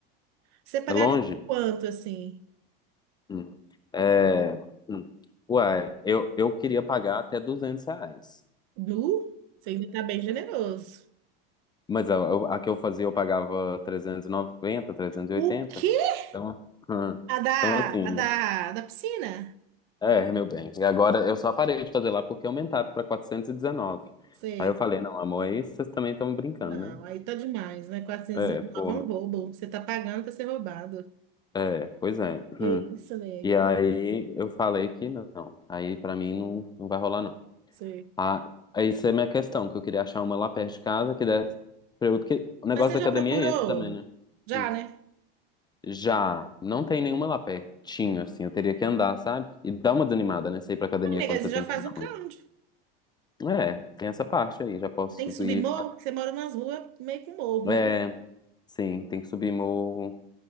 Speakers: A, on the right; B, on the left.
A: Você pagaria
B: É longe?
A: quanto, assim?
B: Hum. É, hum. Ué, eu, eu queria pagar até 200 reais.
A: Du? Você ainda tá bem generoso.
B: Mas a, eu- a que eu fazia eu pagava 390, 380.
A: O quê?
B: Então, hum.
A: A da,
B: então assim,
A: a da,
B: né?
A: da piscina?
B: É, meu bem. E agora eu só parei de fazer lá porque aumentaram para 419.
A: Sei.
B: Aí eu falei, não, amor, aí vocês também estão brincando,
A: Não,
B: né?
A: aí tá demais, né? Quatrocentos
B: É,
A: e
B: é, porra.
A: nove é um roubo. Você tá pagando pra ser roubado.
B: É, pois é.
A: Que
B: Hum.
A: isso, nega.
B: E aí eu falei que não. Aí pra mim não, não vai rolar, não.
A: Sei.
B: Ah, isso é a minha questão, que eu queria achar uma lá perto de casa que desse pra eu, porque o negócio
A: Mas você
B: da
A: já
B: academia
A: procurou?
B: é esse também, né?
A: Já,
B: Hum.
A: né?
B: Já, não tem nenhuma lá pertinho, assim, eu teria que andar, sabe? E dá uma desanimada, né? Você ir pra academia
A: Ai, nega,
B: quando você
A: você já
B: tem
A: faz
B: que andar
A: o cardio.
B: muito. É, tem essa parte aí, já posso
A: Tem
B: subir.
A: que subir morro, porque você mora nas ruas, meio com morro,
B: É,
A: né?
B: sim, tem que subir morro,